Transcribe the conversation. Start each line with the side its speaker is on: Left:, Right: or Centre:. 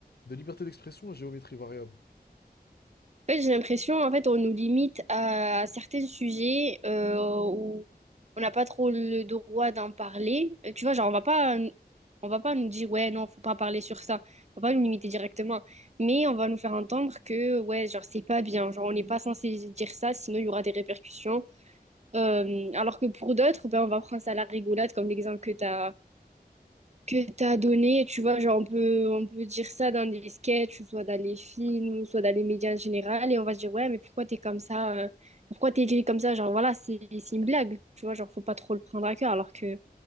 Left: de liberté d'expression à géométrie variable.
Right: En fait, j'ai l'impression, en fait, on nous limite à, à certains sujets euh, où on n'a pas trop le droit d'en parler. Euh, Tu vois, genre, on va pas, euh, on va pas nous dire, ouais, non, faut pas parler sur ça. On va pas nous limiter directement. Mais on va nous faire entendre que, ouais, genre, c'est pas bien. Genre, on n'est pas censé dire ça, sinon il y aura des répercussions. Euh, alors que pour d'autres, ben, on va prendre ça à la rigolade, comme l'exemple que tu as, que t'as donné, tu vois, genre on peut, on peut dire ça dans des sketchs, ou soit dans les films, ou soit dans les médias en général, et on va se dire, ouais, mais pourquoi t'es comme ça, euh, pourquoi t'es écrit comme ça, genre voilà, c'est c'est une blague, tu vois, genre faut pas trop le prendre à cœur, alors que